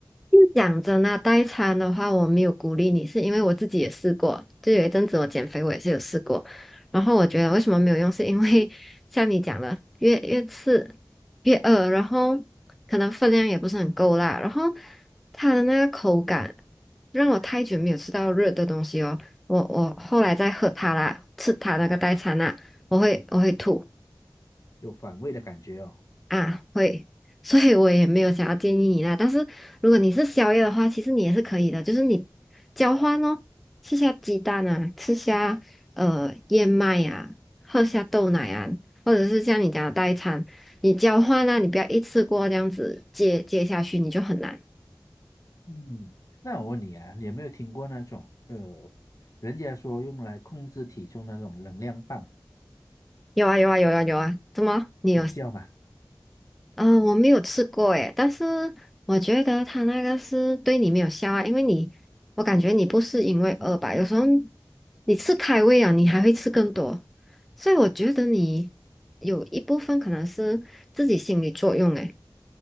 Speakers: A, in the centre; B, on the left.
A: 讲真啊，代餐的话，我没有鼓励你，是因为我自己也试过，就有一阵子我减肥，我也是有试过。然后我觉得为什么没有用，是因为像你讲的，越越吃越饿，然后可能分量也不是很够啦，然后它的那个口感让我太久没有吃到热的东西哦。我我后来再喝它啦，吃它那个代餐啦，我会我会吐。
B: 有反胃的感觉哦。
A: 啊，会，所以我也没有想要建议你啦。但是如果你是宵夜的话，其实你也是可以的，就是你交换哦，吃下鸡蛋啊，吃下呃燕麦啊，喝下豆奶啊，或者是像你讲的代餐，你交换啊，你不要一次过这样子接接下去，你就很难。
B: 嗯，那我问你啊，你有没有听过那种呃，人家说用来控制体重那种能量棒，
A: 有啊有啊有啊有啊，怎么？你有
B: 有效吗？
A: 嗯，我没有吃过诶，但是我觉得他那个是对你没有效啊，因为你，我感觉你不是因为饿吧，有时候你吃开胃啊，你还会吃更多，所以我觉得你有一部分可能是自己心理作用诶。